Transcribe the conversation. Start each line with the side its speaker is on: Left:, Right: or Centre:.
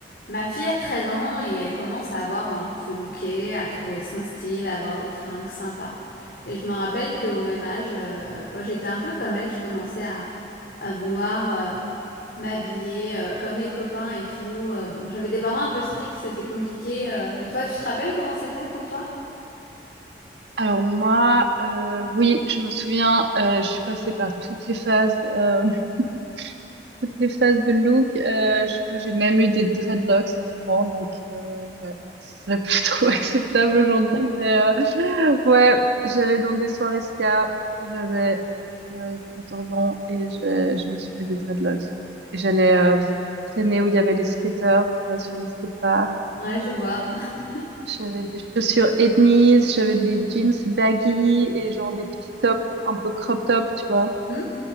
Left: Ma fille a 13 ans et elle commence à avoir envie de se looker, à trouver son style, à avoir des fringues sympas. Et je me rappelle qu'au même âge, euh, moi, j'étais un peu comme elle, je commençais à, à vouloir euh, m'habiller euh, comme les copains et tout. Euh, bon, j'avais des parents un peu stricts, c'était compliqué. euh, mais toi, tu te rappelles comment c'était pour toi?
Right: Alors moi, euh, oui, je me souviens, euh, je suis passée par toutes les phases, euh, <laughs> toutes les phases de look. Euh, je crois que j'ai même eu des dreadlocks à un moment, donc euh, ouais, ce serait plus <laughs> trop acceptable aujourd'hui. Mais euh, ouais, j'allais dans des soirées ska quand j'avais euh, 14 ans et je, je me suis fait des dreadlocks. ouais. Et j'allais euh, traîner où il y avait les skateurs, tu vois, sur les skateparks.
Left: Ouais, je vois. <laughs>
Right: J'avais des chaussures ethnies, j'avais des jeans baggy et genre des petits tops un peu crop top, tu vois.
Left: Hmm